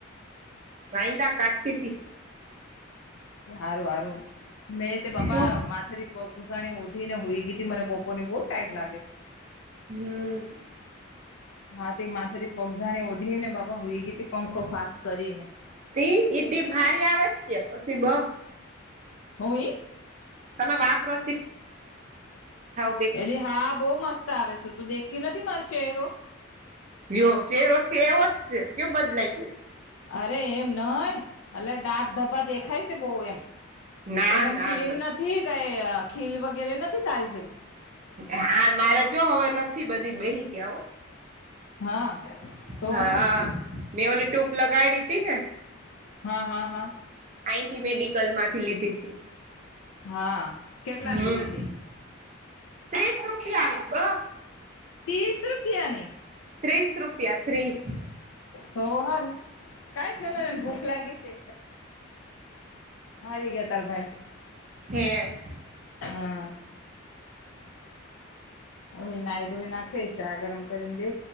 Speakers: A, on the right; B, on the left.
A: <unintelligible>
B: સારું સારું મેં તે બાપા
A: તો
B: માથેથી <unintelligible> ઉઠી ને સુઈ ગઈ હતી મને બપોરની બહુ <unintelligible> લાગે.
A: હમ.
B: હાથથી તે માથેથી પગજાણી ઓઢી ને બાપા સુઈ ગઈ હતી. પંખો ફાસ કરીને
A: <unintelligible>
B: <unintelligible>
A: તમે વાપરો <unintelligible>
B: એ હા બહુ મસ્ત આવે છે, તું દેખતી નથી મારો ચહેરો.
A: લયો ચેહરો છે એવો જ છે કયો બદલાઈ ગયો.
B: અરે એમ નહી. ડાક ધબા દેખાય છે બહુ એમ
A: ના
B: એકદમ
A: ના
B: ક્લીન નથી, કઈ ખીલ વગેરે નથી તારી જેમ
A: આ મારે જો હવે નથી બધી બેસી ગયા હો.
B: હા તો
A: હા.
B: હારું
A: હા.
B: છું
A: મેં પેલી ટીપ લગાવડી હતી ને
B: હા હા હા
A: અહીથી મેડિકલમાંથી લીધી હતી.
B: હા કેટલાને
A: હમ
B: લીધી તી
A: ત્રીસ રૂપિયાની બ
B: ત્રીસ રૂપિયાની
A: ત્રીસ રૂપિયા ત્રીસ
B: તો હારુ કઈ થયું એને ભૂખ લાગી છે. આવી ગયા તાર ભાઈ,
A: હે
B: હા હવે નાઈ ધોઈ નાખે ચા ગરમ કરીને દે